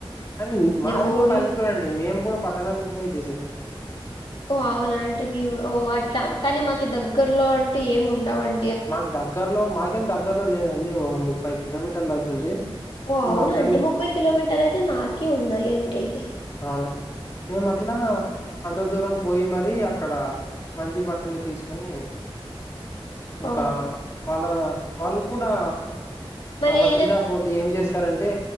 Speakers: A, on the left; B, on the left.
A: అండి
B: మ్,
A: మాదిగుని
B: మా ఊర్లో
A: పల్లెటూరండి మేము కూడా పట్టణానికి పోయి చేశాం
B: ఓ అవునా అంటే మీ ఓ అట్లా కానీ మాకు దగ్గరలో అంటూ ఏమి ఉండవం
A: మాక్ దగ్గరలో మాకేం దగ్గరలో లేదండి ఒక ముప్పై కిలోమీటర్లు అవుతుంది
B: ఓ
A: మేము
B: అవునండి
A: అక్కడికి
B: ముప్పై
A: పో
B: కిలోమీటర్ అయితే మాకి ఉన్నాయండి అయితే
A: అవునండి మేము అట్లా అంత దూరం పోయి మరి అక్కడ మంచి బట్టలు తీసుకొని ఇంకా
B: ఓ
A: వాళ్ళ వాళ్ళు కూడా
B: మరి
A: ఆ బట్టల్
B: అయితే
A: షాప్పోల్లు ఏం చేస్తారంటే